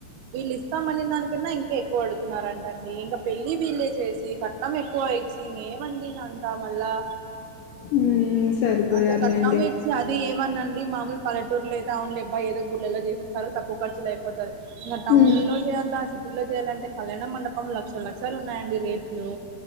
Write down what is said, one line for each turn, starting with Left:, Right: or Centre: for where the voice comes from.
Right: వీళ్ళు ఇస్తామ అని దాని కన్నా ఇంకా ఎక్కువ అడుతున్నారంటన్ని ఇంకా పెళ్లి వీళ్ళే చేసి కట్నం ఎక్కువ సంగ్ ఏమండి అంతా మళ్ళా
Left: ఊమ్ సరిపోయారులేండి
Right: అంత కట్నం ఇచ్చి అది ఏమన అండి మామలు పల్లెటూరులో ఐతే అవునుల అబ ఏదో గులలో చేసిస్తరు తక్కువ ఖర్చులో అయిపోతాది ఇంకా టౌన్
Left: మ్మ్
Right: లో చేయాలా సిటీలో చేయాలంటే కళ్యాణ మండపం లక్షల లక్షాలు ఉన్నాయండి రేట్లు